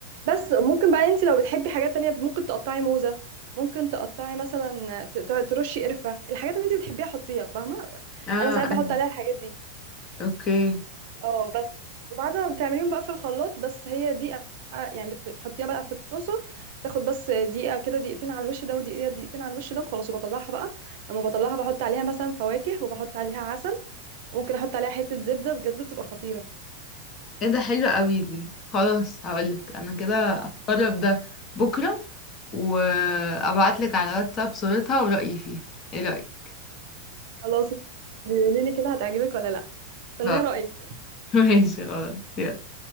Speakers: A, on the right; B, on the left.
A: بس ممكن بقى انت لو بتحبي حاجات تانية ممكن تقطعي موزة ممكن تقطعي مثلا ت- ت- ترشي قرفة الحاجات اللي انت بتحبيها حطيها فاهمة
B: اه
A: انا ساعات بحط
B: ايوه
A: عليها الحاجات دي
B: اوكي
A: اه بس وبعد ما بتعمليهم بقى في الخلاط بس هي دي يعني بتحطيها بقى في الطاسة تاخد بس دقيقة كده دقيقتين على الوش ده ودقيقة دقيقتين على الوش ده وخلاص وبطلعها بقى لما بطلعها بحط عليها مثلا فواكه وبحط عليها عسل وممكن احط عليها حتة زبدة بجد بتبقى خطيرة
B: ايه ده حلو قوي دي خلاص هقولك انا كده
A: اه
B: هجرب ده بكرة وابعتلك على واتساب صورتها ورأيي فيها ايه رأيك
A: خلاص بيقولي لي كده هتعجبك ولا لا استني
B: اه
A: رأيك
B: <laughs> ماشي خلاص يلا.